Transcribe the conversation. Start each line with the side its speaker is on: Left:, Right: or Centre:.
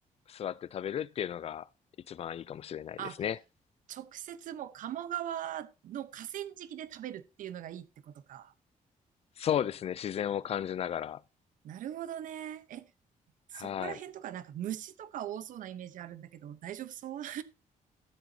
Left: 座って食べるっていうのが一番いいかもしれないですね。
Right: あ、直接もう鴨川の河川敷で食べるっていうのがいいってことか。
Left: そうですね、自然を感じながら。
Right: なるほどね。え、そこら辺とかなんか虫とか多そうなイメージあるんだけど、
Left: はい。
Right: 大丈夫そう